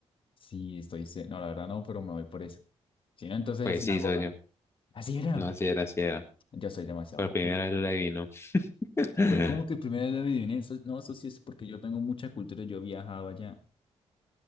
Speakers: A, on the left; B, on the left.
A: Sí, estoy. se- No, la verdad no, pero me voy por eso. Si no, entonces
B: Pues
A: es sinagoga.
B: sí, socio.
A: Así era.
B: No, si era, si era.
A: Yo soy demasiado
B: Por primera
A: bueno.
B: vez lo adivinó. <laughs>
A: ¿Cómo que primero lo adiviné? Eso- no, eso sí es porque yo tengo mucha cultura. Yo viajaba allá.